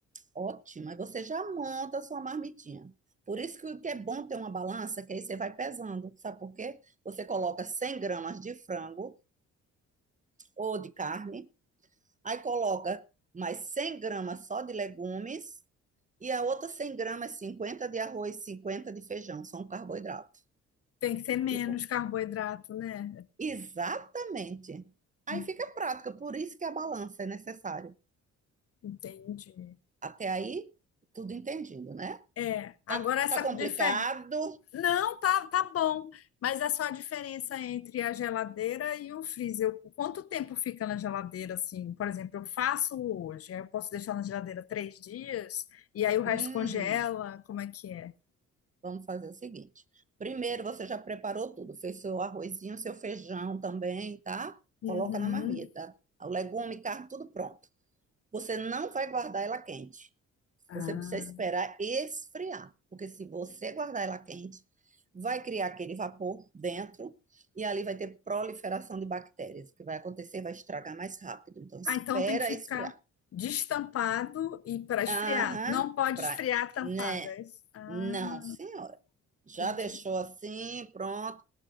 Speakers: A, on the right; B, on the left.
A: Ótimo. Aí você já monta a sua marmitinha. Por isso que o que é bom ter uma balança, que aí você vai pesando. Sabe por quê? Você coloca 100 gramas de frango ou de carne, aí coloca mais 100 gramas só de legumes e a outra 100 gramas, 50 de arroz, 50 de feijão. São carboidrato.
B: Tem que ter menos
A: Viu?
B: carboidrato, né?
A: Exatamente. Aí
B: Hum,
A: fica prática, por isso que a balança é necessária.
B: Entendi.
A: Até aí, tudo entendido, né?
B: É, agora
A: Tá,
B: essa
A: tá complicado?
B: diferença. Não, tá, tá bom. Mas é só a diferença entre a geladeira e o freezer. O- Quanto tempo fica na geladeira, assim? Por exemplo, eu faço hoje, aí eu posso deixar na geladeira três dias, e aí o resto
A: Hum,
B: congela. Como é que é?
A: vamos fazer o seguinte. Primeiro, você já preparou tudo, fez seu arrozinho, seu feijão também, tá? Coloca
B: Uhum.
A: na marmita. O legume, carne, tudo pronto. Você não vai guardar ela quente.
B: Ah,
A: Você precisa esperar esfriar, porque se você guardar ela quente, vai criar aquele vapor dentro e ali vai ter proliferação de bactérias. O que vai acontecer vai estragar mais rápido. Então, espera
B: Ah, então tem que ficar
A: esfriar.
B: destampado e para esfriar.
A: Aham,
B: Não pode
A: pra,
B: esfriar tampado,
A: né?
B: é isso? Ah,
A: Não, senhora. Já
B: entendi.
A: deixou assim, pronto.